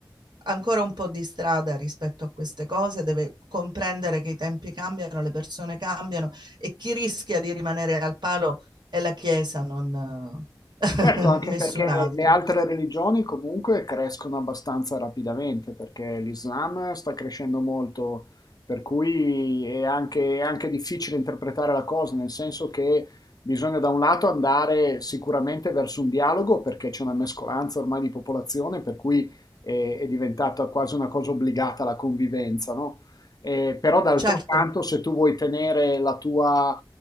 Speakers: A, on the right; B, on the left.
A: ancora un po' di strada rispetto a queste cose, deve comprendere che i tempi cambiano, le persone cambiano e chi rischia di rimanere al palo è la Chiesa, non <laughs>
B: Certo, anche
A: nessun
B: perché
A: altro.
B: le altre religioni comunque crescono abbastanza rapidamente, perché l'Islam sta crescendo molto, per cui è anche, è anche difficile interpretare la cosa, nel senso che bisogna da un lato andare sicuramente verso un dialogo, perché c'è una mescolanza ormai di popolazione, per cui è, è diventata quasi una cosa obbligata la convivenza, no? Eh, però d'altro
A: Certo,
B: canto, se tu vuoi tenere la tua